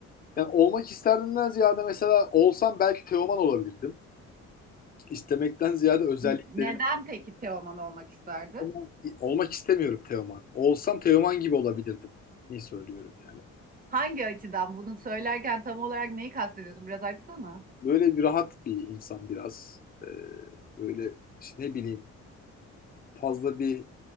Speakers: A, on the left; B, on the right.
A: Yani olmak isterdimden ziyade mesela olsam belki Teoman olabilirdim. İstemekten ziyade özelliklerin
B: N- Neden peki Teoman olmak isterdi?
A: Ama olmak istemiyorum Teoman. Olsam Teoman gibi olabilirdim. İyi söylüyorum yani.
B: Hangi açıdan bunu söylerken tam olarak neyi kastediyorsun? Biraz açsana.
A: Böyle bir rahat bir insan biraz. Ee, böyle işte ne bileyim fazla bir